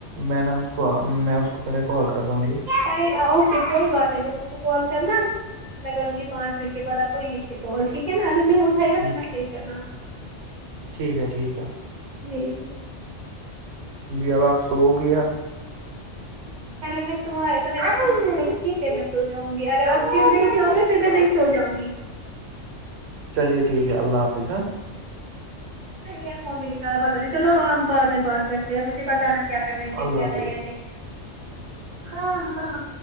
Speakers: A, on the right; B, on the right.
A: میں نا اس کو ام میں اس کو پہلے کال کرتا ہوں ٹھیک
B: ارے اوکے کوئی بات نہیں تم اس کو کال کرنا میں کروں گی پانچ منٹ کے بعد آپ کو یہیں سے کال ٹھیک ہے نا اگر نہیں اٹھائے
A: ہے
B: گا
A: ٹھیک
B: پھر مسیج کرنا
A: ٹھیک ہے ٹھیک ہے
B: جی جی
A: جی اب آپ سو گیا
B: پہلے میں تمہارئے تی پے میں سو جاؤں گی اگر آپ جم نہیں چاو گے پھر میں نہیں سو جاؤں گی
A: چلیے ٹھیک ہے اللہ حافظ ہاں
B: یہ فون بھی نہیں کرا پتہ نہیں چلو ہم بعد میں بات کر تے ہیں مجھے بتانا کیا کرنا ہے جم
A: اللہ
B: جانا
A: حافظ
B: ہے یا نہیں ہاں ہاں